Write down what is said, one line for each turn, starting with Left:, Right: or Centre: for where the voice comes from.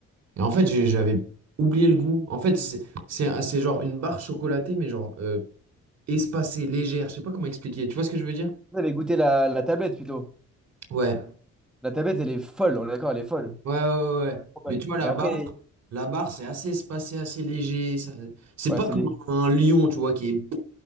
Right: Et en fait, j'ai- j'avais oublié le goût. En fait, c'est c'est c'est genre une barre chocolatée, mais genre euh, espacée, légère. Je sais pas comment expliquer. Tu vois ce que je veux dire?
Centre: Vous avez goûté la, la tablette plutôt.
Right: Ouais.
Centre: La tablette, elle est folle, on est d'accord, elle est folle.
Right: Ouais, ouais, ouais. ouais.
Centre: Trop bonne.
Right: Mais tu vois, la
Centre: Mais après,
Right: barre, la barre, c'est assez espacé, assez léger. ça- C'est
Centre: ouais,
Right: pas
Centre: c'est
Right: comme
Centre: les.
Right: un lion, tu vois, qui est.